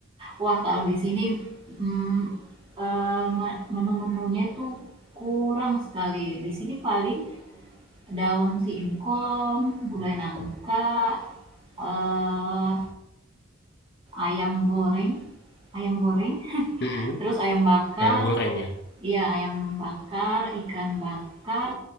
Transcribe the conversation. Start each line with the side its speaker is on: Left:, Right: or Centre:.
Right: Wah, kalau di sini mm, eh, me- menu-menunya itu kurang sekali. Di sini paling daun singkong, gulai nangka, eh, ayam goreng, ayam goreng, <laughs>
Left: Mm-mm.
Right: terus ayam bakar,
Left: Ayam goreng ya?
Right: iya ayam bakar, ikan bakar,